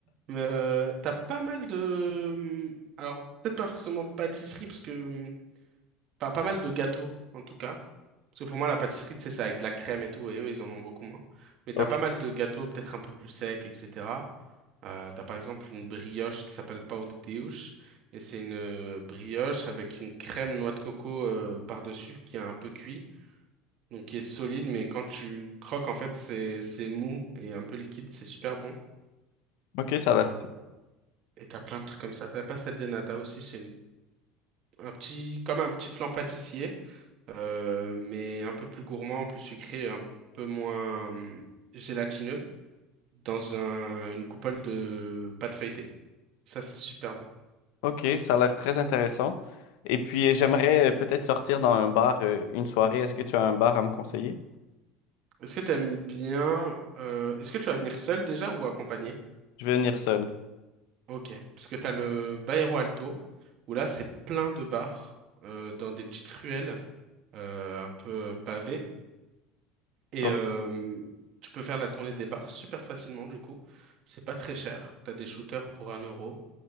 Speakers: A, on the right; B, on the left.
A: Mais euh, t'as pas mal de... hum, Alors, peut-être pas forcément pâtisserie, parce que Pas, pas mal de gâteaux, en tout cas. Parce que pour moi, la pâtisserie, tu sais, c'est avec de la crème et tout, et eux, ils en ont beaucoup moins. Mais t'as
B: Ok,
A: pas mal de gâteaux, peut-être un peu plus secs, etc. Euh, t'as par exemple une brioche qui s'appelle pão de Deus, et c'est une euh, brioche avec une crème noix de coco euh, par-dessus, qui est un peu cuit, donc qui est solide, mais quand tu croques, en fait, c'est c'est mou et un peu liquide, c'est super bon.
B: ok, ça a
A: Euh,
B: l'air,
A: et t'as plein de trucs comme ça. T'as la pastel de nata aussi, c'est une- un petit, comme un petit flan pâtissier euh, mais un peu plus gourmand, plus sucré, un peu moins hum, gélatineux, dans un- une coupole de pâte feuilletée. Ça, c'est super bon.
B: ok, ça a l'air très intéressant. Et puis, j'aimerais euh, peut-être sortir dans un bar, euh, une soirée. Est-ce que tu as un bar à me conseiller?
A: Est-ce que tu aimes bien... euh, est-ce que tu vas venir seul déjà ou accompagné?
B: Je vais venir seul.
A: Ok, parce que tu as le Bairro Alto, où là, c'est plein de bars, euh, dans des petites ruelles, euh, un peu pavées. Et
B: Oh,
A: euh, tu peux faire la tournée des bars super facilement, du coup. C'est pas très cher. Tu as des shooters pour un euro.